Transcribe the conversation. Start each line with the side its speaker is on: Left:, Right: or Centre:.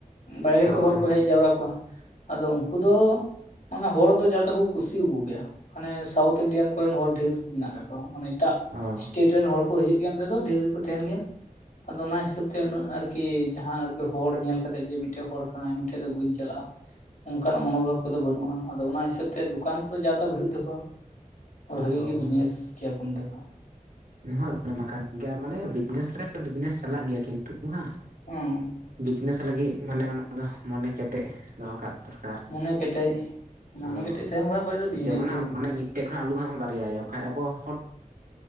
Left: ᱵᱟᱭᱨᱮ
Right: ᱦᱳᱭ
Left: ᱠᱷᱚᱡ ᱦᱚᱲ ᱠᱚ ᱦᱮᱡ ᱡᱟᱣᱨᱟ ᱠᱚᱜ-ᱟ ᱟᱫᱚ ᱩᱱᱠᱩ ᱫᱚ ᱢᱟᱱᱮ ᱦᱚᱲ ᱫᱚ ᱡᱟᱛᱮ ᱠᱚ ᱠᱩᱥᱤᱭᱟᱠᱚ ᱜᱮᱭᱟ ᱢᱟᱱᱮ ᱥᱟᱣᱩᱛᱷ ᱤᱱᱰᱤᱭᱟᱱ ᱠᱚᱨᱮᱱ ᱦᱚᱲ ᱰᱷᱮᱨ ᱢᱮᱱᱟᱜ ᱠᱟᱫ ᱠᱚᱣᱟ ᱢᱟᱱᱮ ᱮᱴᱟᱜ
Right: ᱚ
Left: ᱮᱥᱴᱮᱴ ᱨᱮᱱ ᱦᱚᱲ ᱠᱚ ᱦᱤᱡᱩᱜ ᱜᱮᱭᱟ ᱱᱚᱸᱰᱮ ᱫᱚ ᱰᱷᱮᱨ ᱜᱮᱠᱚ ᱛᱟᱦᱮᱱ ᱜᱮᱭᱟ ᱟᱫᱚ ᱚᱱᱟ ᱦᱤᱥᱟᱹᱵ ᱛᱮ ᱩᱱᱟᱹᱜ ᱟᱨᱠᱤ ᱡᱟᱦᱟᱸ ᱟᱨᱠᱤ ᱦᱚᱲ ᱧᱮᱞ ᱠᱟᱛᱮᱫ ᱡᱮ ᱢᱤᱫᱴᱮᱡ ᱦᱚᱲ ᱠᱟᱱᱟᱭ ᱱᱩᱭ ᱴᱷᱮᱡ ᱫᱚ ᱵᱟᱹᱧ ᱪᱟᱞᱟᱜᱼᱟ ᱚᱱᱠᱟᱱᱟᱜ ᱢᱚᱱᱳᱵᱷᱟᱵ ᱠᱚᱫᱚ ᱵᱟᱹᱱᱩᱜᱼᱟ ᱟᱫᱚ ᱚᱱᱟ ᱦᱤᱥᱟᱹᱵ ᱛᱮ ᱫᱚᱠᱟᱱ ᱠᱚᱫᱚ ᱡᱟ ᱛᱟ ᱵᱷᱤᱲᱚᱜ ᱛᱟᱠᱚᱣᱟ ᱦᱳ
Right: ᱦᱳᱭ
Left: ᱵᱷᱟᱜᱤ ᱜᱮ ᱵᱤᱡᱽᱱᱮᱥ ᱠᱮᱭᱟ ᱠᱚ ᱱᱚᱰᱮ ᱫᱚ
Right: <inaudible> ᱠᱟᱱ ᱜᱮᱭᱟ ᱟᱨ ᱢᱟᱱᱮ ᱵᱤᱡᱽᱱᱮᱥ <inaudible> ᱵᱤᱡᱽᱱᱮᱥ ᱪᱟᱞᱟᱜ ᱜᱮᱭᱟ ᱠᱤᱱᱛᱩ ᱦᱟᱸᱜ
Left: ᱦᱚᱸ
Right: ᱵᱤᱡᱽᱱᱮᱥ ᱞᱟᱹᱜᱤᱫ ᱢᱟᱱᱮ ᱚᱱᱟ ᱫᱚ ᱢᱚᱱᱮ ᱠᱮᱴᱮᱡ ᱫᱚᱦᱚ ᱠᱟᱜ ᱫᱚᱨᱠᱟᱨ
Left: ᱢᱚᱱᱮ ᱠᱮᱴᱮᱡ ᱢᱚᱱᱮ
Right: ᱦᱳᱭ
Left: ᱠᱮᱴᱮᱡ ᱛᱟᱦᱮᱱ ᱠᱷᱟᱱ ᱠᱷᱟᱡ ᱫᱚ ᱵᱤᱡᱽᱱᱮᱥ
Right: ᱡᱮᱢᱚᱱᱟᱜ
Left: ᱫᱚ ᱦᱩᱭᱩᱜ
Right: <unintelligible> ᱢᱚᱱᱮ
Left: ᱜᱮᱭᱟ
Right: ᱢᱤᱫ ᱛᱮᱜ ᱠᱷᱟ ᱟᱞᱩ ᱦᱟᱜ ᱮᱢ ᱵᱟᱨᱮᱭᱟ ᱭᱟ ᱚᱠᱷᱟᱡ ᱟᱵᱚ ᱦᱚᱲ